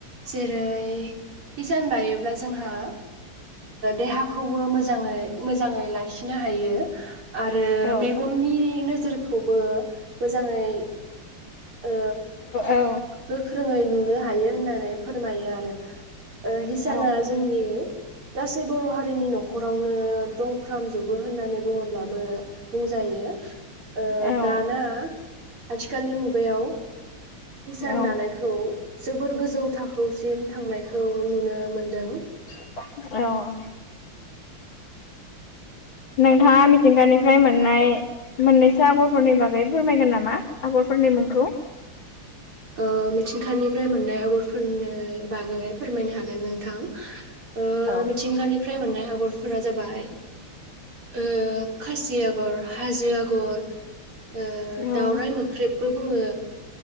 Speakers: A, on the right; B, on the left.
A: जेरै हिसान दायोब्ला जोंहा देहा खौबो मोजाङै मोजाङै लाखिनो हायो। आरो
B: औ औ
A: मेगननि नो जोरखौबो मोजाङै ओ
B: औ
A: गोख्रोङैनो नुनो हायो होननानै फोरमायो आरो हिसाना
B: औ
A: जोंनि गासै बर' हा जोंनि नखरावनो दंफ्रामजोबो होननानै बुङोब्लाबो बुंजायो ओ
B: औ
A: दाना आथिखालनि मु गायाव हिसान
B: औ
A: दानायखौ जोबोर गोजौ थाखोसिम थांनायखौ नुनो मोनदों।
B: औ नोंथाङा मिथिंगानिफ्राय मोननाय मोननैसो आगरफोरनि बागै फोरमायगोन नामा आगरफोरनि मुंखौ।
A: ओ मिथिंखानिफ्राय मोननाय आगरफोरनि बागै फोरमायनो हागोन नोंथां। ओ
B: औ
A: मिथिंगानिफ्राय मोननाय आं आगरफोरा जाबाय ओ खासि आगर, हाजो आगर ओ
B: औ
A: दावराइ मोख्रेबबो बुङो